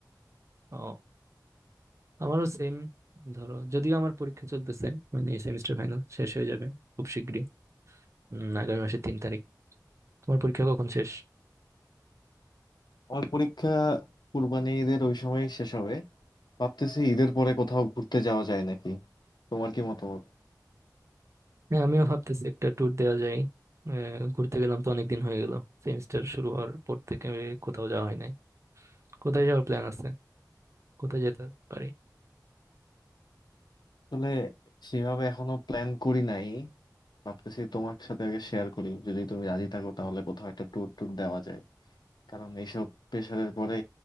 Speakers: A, on the right; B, on the left.
A: ও আমারও সেম ধরো যদিও আমার পরীক্ষা চলতেছে মানে এই সেমিস্টার ফাইনাল শেষ হয়ে যাবে খুব শিগগিরই উম, আগামী মাসের তিন তারিখ তোমার পরীক্ষা কখন শেষ
B: আমার পরীক্ষা কুরবানি ঈদের ওই সময় শেষ হবে ভাবতেছি ঈদের পরে কোথাও ঘুরতে যাওয়া যায় নাকি তোমার কি মতামত
A: হ্যাঁ আমিও ভাবতেছি একটা ট্যুর দেওয়া যায় আহ, ঘুরতে গেলাম তো অনেক দিন হয়ে গেল সেমিস্টার শুরু হওয়ার পর থেকে কোথাও যাওয়া হয় নাই কোথায় যাওয়ার প্ল্যান আছে কোথায় যেতে পারি
B: আসলে সেভাবে এখনো প্ল্যান করি নাই ভাবতেছি তোমার সাথে আগে শেয়ার করি যদি তুমি রাজি থাকো তাহলে কোথাও একটা ট্যুর ট্যুর দেওয়া যায় কারণ এইসব প্রেশারের পরে